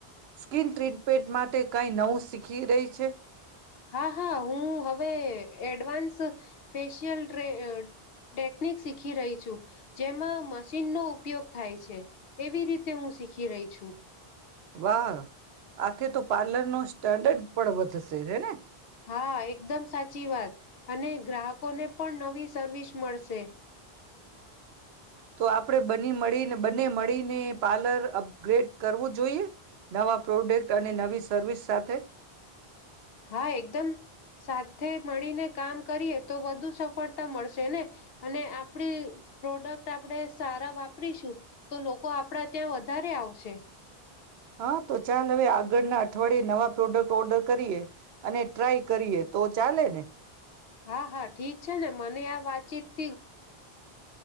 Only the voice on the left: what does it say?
હા હા હું હવે એડવાન્સ ફેશિયલ ટ્રે ટેકનિક શીખી રહી છું, જેમાં મશીનનો ઉપયોગ થાય છે, એવી રીતે હું શીખી રહી છું.
હા એકદમ સાચી વાત અને ગ્રાહકોને પણ નવી સર્વિસ મળશે
હા એકદમ સાત સાથે મળીને કામ કરીએ તો વધુ સફળતા મળશે ને અને આપડી પ્રોડક્ટ આપણે સારા વાપરીશું તો લોકો આપડા ત્યાં વધારે આવશે
હા હા ઠીક છે ને મને આ વાતચીત